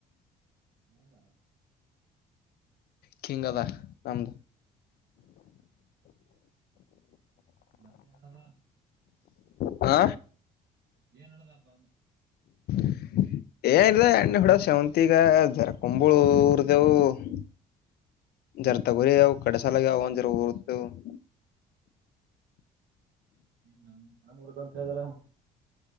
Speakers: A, on the right; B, on the left.
A: ಹೌದ
B: ಕಿಂಗ್ಅದ ನಮ್ದು
A: ಮತ್ತೆ <unintelligible>
B: ಹಾ
A: ಏನ್ ನಡದಪ್ಪಾ ಅ
B: <inaudible> ಏನಿದೆ ಅಣ್ಣ ಹುಡ ಶಾವಂತಿಗ ಜರಕಂಬಳರ್ ದೇವು <unintelligible> ಜರ ತಗೋರಿ ಯವು ಕಡಸಾಲಾಗ ಯಾವ ಜರ ರ್ತ <unintelligible>
A: ಹ್ಮ ನಿಮ್ನರ್ಗ ಅಂತ ಹೇಳಲ್ಲ